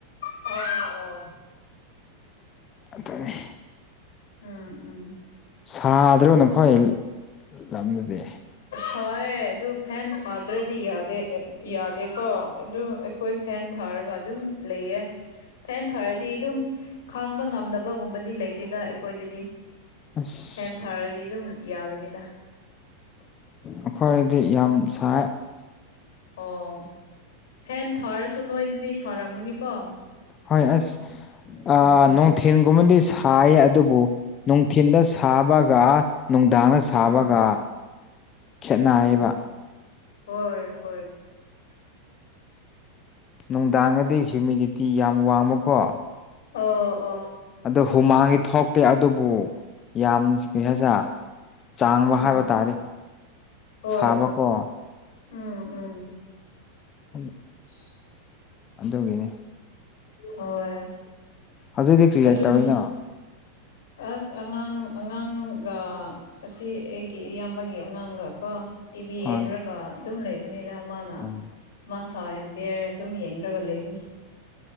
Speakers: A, on the left; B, on the left.
A: ꯑꯣ ꯑꯣ
B: ꯑꯗꯨꯅꯤ
A: ꯎꯝ ꯎꯝ
B: ꯁꯥꯗ꯭ꯔꯣ ꯅꯈꯣꯏ ꯂꯝꯅꯗꯦ
A: ꯊꯥꯏ ꯑꯗꯨ ꯐꯦꯟ ꯊꯥꯗ꯭ꯔꯗꯤ ꯌꯥꯗ ꯌꯥꯗꯦꯀꯣ ꯑꯗꯨ ꯑꯩꯈꯣꯏ ꯐꯦꯟ ꯊꯥꯔ ꯍꯥꯏꯔꯒ ꯑꯗꯨꯝ ꯂꯩꯌꯦ ꯐꯦꯟ ꯊꯥꯔꯗꯤ ꯑꯗꯨꯝ ꯈꯪꯕ ꯉꯝꯗꯕꯒꯨꯝꯕꯗꯤ ꯂꯩꯇꯦꯗ ꯑꯩꯈꯣꯏꯗꯗꯤ
B: ꯑꯁ
A: ꯐꯦꯟ ꯊꯥꯔꯗꯤ ꯑꯗꯨꯝ ꯌꯥꯕꯅꯤꯗ
B: ꯑꯩꯈꯣꯏꯗꯤ ꯌꯥꯝ ꯁꯥꯏ
A: ꯑꯣ ꯐꯦꯟ ꯊꯥꯔꯁꯨ ꯅꯣꯏꯗꯗꯤ ꯁꯥꯔꯝꯒꯅꯤꯀꯣ
B: ꯍꯣꯏ ꯑꯁ
A: ꯎꯝ
B: ꯅꯣꯡ ꯊꯦꯟꯒꯨꯝꯕꯗꯤ ꯊꯥꯏ ꯑꯗꯨꯕꯨ ꯅꯨꯡꯊꯤꯤꯟꯗ ꯁꯥꯕꯒ ꯅꯨꯡꯗꯥꯡꯅ ꯁꯥꯕꯒ
A: ꯎꯝ
B: ꯈꯦꯠꯅꯩꯕ
A: ꯍꯣꯏꯣꯏ ꯍꯣꯏ
B: ꯅꯨꯡꯗꯥꯡꯒꯗꯤ ꯍꯤꯌꯨꯃꯤꯗꯤꯇꯤ ꯌꯥꯝ ꯋꯥꯡꯕꯀꯣ
A: ꯑꯣ ꯑꯣ
B: ꯑꯗꯨ ꯍꯨꯃꯥꯡꯒꯤ ꯊꯣꯛꯇꯦ ꯑꯗꯨꯕꯨ ꯌꯥꯝ ꯍꯥꯏꯁ ꯆꯥꯡꯕ
A: ꯎꯝ
B: ꯍꯥꯏꯕ ꯇꯥꯔꯦ
A: ꯍꯣꯏ
B: ꯁꯥꯕꯀꯣ
A: ꯎꯝ ꯎꯝ
B: ꯎ
A: <inaudible>
B: ꯑꯗꯨꯒꯤꯅꯦ
A: ꯍꯣꯏ
B: ꯑꯗꯨꯗꯤ ꯀ꯭ꯔꯤꯌꯥ
A: ꯑꯗꯨꯅꯤ
B: ꯇꯧꯔꯤꯅꯣ
A: ꯑꯁ ꯑꯉꯥꯡ ꯑꯉꯥꯡꯒ ꯑꯁꯤ ꯑꯩꯒꯤ ꯏꯌꯥꯝꯕꯒꯤ ꯑꯉꯥꯡꯒ ꯀꯣ ꯇꯤꯚꯤ
B: ꯍꯣꯏ
A: ꯌꯦꯡꯔꯒ ꯑꯗꯨꯝ ꯂꯩꯕꯅꯤꯅ ꯃꯥꯅ
B: ꯎꯝ
A: ꯃꯥ ꯁ ꯑꯟ ꯕꯤ ꯑꯦꯔ ꯑꯗꯨꯝ ꯌꯦꯡꯈ꯭ꯔꯒ ꯂꯩꯕꯅꯤ